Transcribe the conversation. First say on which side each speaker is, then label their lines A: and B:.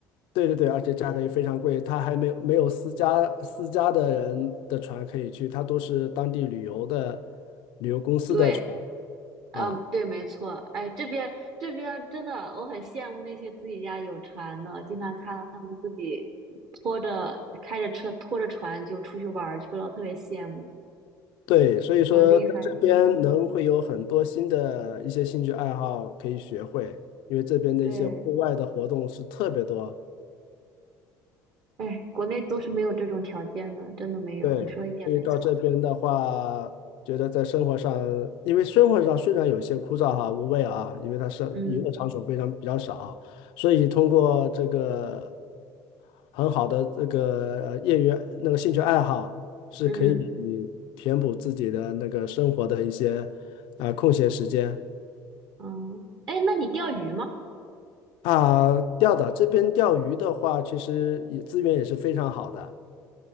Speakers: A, on the left; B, on the right.
A: 对对对，而且价格也非常贵，它还没有没有私家私家的人的船可以去，它都是当地旅游的旅游公司的船
B: 对，嗯，
A: 啊。
B: 对，没错。哎，这边这边真的，我很羡慕那些自己家有船的，经常看到他们自己拖着开着车拖着船就出去玩儿去了，特别羡慕，
A: 对，所以说在这边能会有很多新的一些兴趣爱好可以学会，
B: 好厉害。嗯，
A: 因为这边的一些户外的活动是特别多。
B: 对，哎，国内都是没有这种条件的，真的没有。
A: 对，
B: 你说的一点没错。
A: 所以到这边的话，觉得在生活上，因为生活上虽然有些枯燥哈、无味啊，因为它是娱乐场所非常比较少，
B: 嗯
A: 所以通过这个很好的这个呃业余那个兴趣爱好，是可以填补自己的那个生活的一些
B: 嗯
A: 啊、呃空闲时间。
B: 嗯，哎，那你钓鱼吗？
A: 啊，钓的这边钓鱼的话，其实也资源也是非常好的。